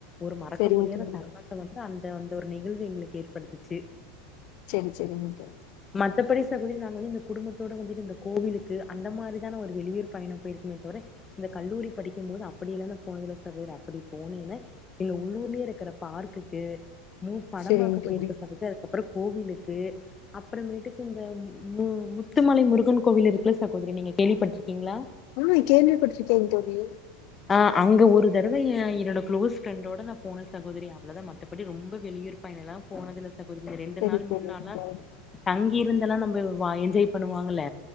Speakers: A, on the left; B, on the left.
A: ஒரு ம
B: செரிங்க
A: றக்க முடியாத
B: தோழி
A: தருனத்த வந்து அந்த அந்த ஒரு நிகழ்வு எங்களுக்கு ஏற்படுத்துச்சு
B: சேரி சேரிங்க தோழி
A: மத்தபடி சகோதரி நாங்க வந்து இந்த குடும்பத்தோட வந்துட்டு இந்த கோவிலுக்கு அந்த மாரிதான ஒரு வெளியூர் பயணம் போயிருக்குமே தவிர இந்த கல்லூரி படிக்கும்போது அப்டியல்லா நா போனதில்ல சகோதரி அப்டி போனீனா இல்ல உள் ஊருலயே இருக்கிற பார்க்குக்கு மூ படம்
B: செரிங்க
A: பாக்க
B: தோழி
A: போய் இருக்கேன் சகோதரி‍ அதுக்கப்பறோ கோவிலுக்கு அப்பறம் மேட்டுக்கு இந்த ம் முத்துமலை முருகன் கோவில் இருக்கல்ல சகோதரி நீங்க கேள்வி பட்டிருக்கீங்ளா
B: ம் கேள்வி பட்டிருக்கேன் தோழி
A: அ அங்க ஒரு தரவ என் என்னோட குளோஸ் ஃப்ரெண்டோட நா போன சகோதரி அவ்ளதா மத்தபடி ரொம்ப வெளியூர் பயண எல்லா போனதில்ல சகோதரி ரெண்டு
B: செரி
A: நாள்
B: செரிங்க
A: மூண் நாள்லா
B: தோழி
A: தங்கியிருந்து எல்லா நம்ம வா என்ஜாய் பண்ணு வாங்கல்ல